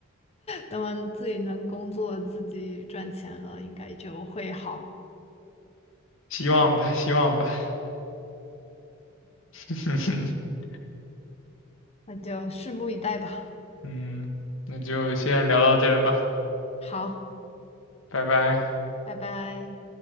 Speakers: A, on the left; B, on the left.
A: 等我自己能工作、自己赚钱了，应该就会好。
B: 希望吧，希望吧。<laughs>
A: 那就拭目以待吧。
B: 嗯，那就先聊到这儿吧，
A: 好，
B: 拜拜。
A: 拜拜。